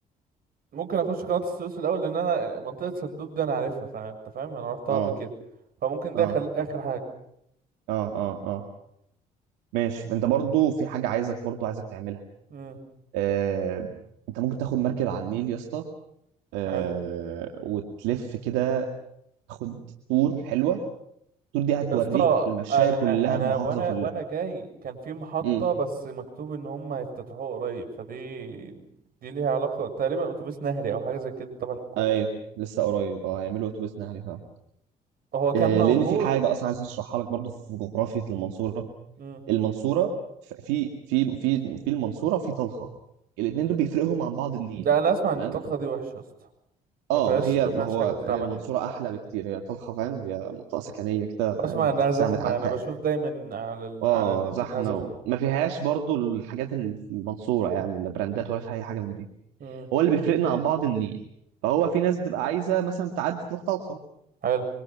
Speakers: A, on the right; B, on the right.
A: ممكن اخش قناة السويس الاول لان انا منطقة صندوق دي انا عارفها فانت فاهم انا رحتها
B: اه
A: قبل كده فممكن ده
B: اه
A: خل... اخر حاجة
B: اه اه اه ماشي انت برضو في حاجة عايزك برضو عايزك تعملها
A: امم
B: آه. انت ممكن تاخد مركب على النيل يا اسطى آه.
A: حلو
B: وتلف كده تاخد تور حلوه التور دي هتوريك
A: يا اسطى
B: المشاية
A: انا
B: كلها
A: انا
B: بالمحافظه
A: وانا
B: كلها
A: وانا جاي كان في محطة
B: امم
A: بس مكتوب ان هم هيفتتحوها قريب فدي دي ليها علاقة تقريبا اتوبيس نهري او حاجة زي كده تبع الحكومة
B: ايوه لسه قريب اه هيعملوا اتوبيس نهري فعلا
A: هو كان
B: آه،
A: موجود
B: لان في حاجه اصلا عايز اشرحها لك برضو في جغرافيه المنصوره
A: امم
B: المنصوره ف- في في في في المنصوره وفي طلخه الاثنين دول بيفرقهم عن بعض النيل
A: لا انا اسمع
B: تمام
A: ان الطلقة دي وحشة يا اسطى
B: اه
A: ما فيهاش
B: ما هي
A: ما
B: ما
A: فيهاش
B: هو
A: حاجة تتعمل
B: هي المنصوره
A: هنا
B: احلى بكتير هي طلخه فاهم هي منطقه سكنيه كده
A: اسمع
B: فاهم
A: انها
B: تحسها
A: زحمة
B: متعتقه
A: انا بشوف دايما على ال...
B: اه
A: على النت
B: زحمه
A: انها زحمة
B: وما فيهاش برضو الحاجات اللي في المنصوره يعني لا براندات ولا في اي حاجه من دي
A: امم
B: هو اللي بيفرقنا عن بعض النيل فهو في ناس بتبقى عايزه مثلا تعدي تروح طلخه
A: حلو